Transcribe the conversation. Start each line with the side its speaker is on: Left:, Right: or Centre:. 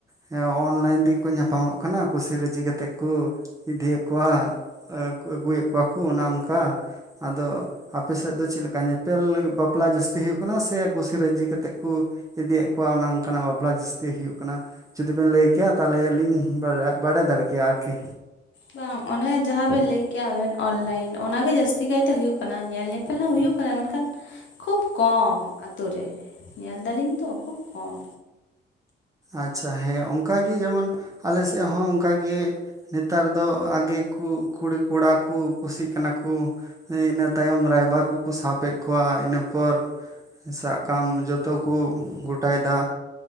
Right: ᱦᱮᱸ ᱚᱱᱞᱟᱭᱤᱱ ᱛᱮᱜᱮ ᱠᱚ ᱧᱟᱯᱟᱢᱚᱜ ᱠᱟᱱᱟ ᱠᱩᱥᱤ ᱨᱟᱹᱡᱤ ᱠᱟᱛᱮᱜ ᱠᱩ ᱤᱫᱤᱭᱮᱜ ᱠᱚᱣᱟ ᱮ ᱟᱹᱜᱩᱭᱮᱜ ᱠᱚᱣᱟ ᱠᱩ ᱚᱱᱮ ᱚᱝᱠᱟ ᱟᱫᱚ ᱟᱯᱮ ᱥᱮᱜ ᱫᱚ ᱪᱮᱜ ᱞᱮᱠᱟ ᱧᱮᱯᱮᱞ ᱞᱟᱹᱜᱤᱜ ᱵᱟᱯᱞᱟ ᱡᱟᱹᱥᱛᱤ ᱦᱩᱭᱩᱜ ᱠᱟᱱᱟ ᱥᱮ ᱠᱩᱥᱤ ᱨᱟᱹᱡᱤ ᱠᱟᱛᱮᱜ ᱠᱩ ᱤᱫᱤᱭᱮᱜ ᱠᱚᱣᱟ ᱚᱱᱮ ᱚᱝᱠᱟ ᱱᱟᱜ ᱵᱟᱯᱞᱟ ᱡᱟᱹᱥᱛᱤ ᱦᱩᱭᱩᱜ ᱠᱟᱱᱟ᱾ ᱡᱩᱫᱤ ᱵᱮᱱ ᱞᱟᱹᱭ ᱠᱮᱭᱟ ᱛᱟᱦᱞᱮ ᱞᱤᱧ ᱵᱟᱲᱟ ᱵᱟᱲᱟᱭ ᱫᱟᱲᱮ ᱠᱮᱭᱟ ᱟᱨ ᱠᱤ᱾
Left: ᱵᱟᱝ ᱚᱱᱮ ᱡᱟᱦᱟᱸ ᱵᱮᱱ ᱞᱟᱹᱭ ᱠᱮᱜᱼᱟ ᱟᱵᱮᱱ ᱚᱱᱞᱟᱭᱤᱱ ᱚᱱᱟ ᱜᱮ ᱡᱟᱹᱥᱛᱤ ᱠᱟᱭ ᱛᱮ ᱦᱩᱭᱩᱜ ᱠᱟᱱᱟ᱾ ᱧᱮᱞ ᱧᱮᱯ ᱯᱮᱞ‌ ᱦᱚᱸ ᱦᱩᱭᱩᱜ ᱠᱟᱱᱟ ᱢᱮᱱᱠᱷᱟᱱ ᱠᱷᱩᱵ ᱠᱚᱢ ᱟᱛᱩ ᱨᱮ ᱧᱮᱞ ᱫᱟᱞᱤᱧ ᱛᱚ ᱠᱷᱩᱵ ᱠᱚᱢ᱾
Right: ᱟᱪᱪᱷᱟ ᱦᱮᱸ ᱚᱝᱠᱟ ᱜᱤ ᱡᱮᱢᱚᱱ ᱟᱞᱮ ᱥᱮᱜ ᱦᱚᱸ ᱚᱝᱠᱟ ᱜᱤ ᱱᱮᱛᱟᱨ ᱫᱚ ᱟᱜᱮ ᱠᱩ ᱠᱩᱲᱤᱼᱠᱚᱲᱟ ᱠᱩ ᱠᱩᱥᱤᱜ ᱠᱟᱱᱟ ᱠᱩ᱾ ᱮ ᱤᱱᱟᱹ ᱛᱟᱭᱚᱢ ᱨᱟᱭᱵᱟᱨ ᱠᱩᱠᱩ ᱥᱟᱵᱮᱜ ᱠᱚᱣᱟ ᱤᱱᱟᱹ ᱯᱚᱨ ᱥᱟᱜ ᱠᱟᱢ ᱡᱚᱛᱚ ᱠᱩ ᱜᱚᱴᱟᱭᱫᱟ᱾